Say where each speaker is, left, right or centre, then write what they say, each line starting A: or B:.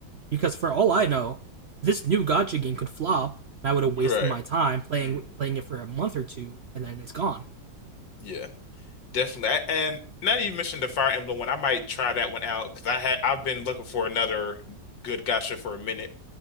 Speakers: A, on the right; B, on the left.
A: Because for all I know, this new gotcha game could flop, and I would have wasted
B: Right.
A: my time playing
B: Mm.
A: playing it for a month or two, and then it's gone.
B: Yeah. Definitely. A- And now that you mentioned the Fire Emblem one, I might try that one out because I had I've been looking for another good gacha for a minute.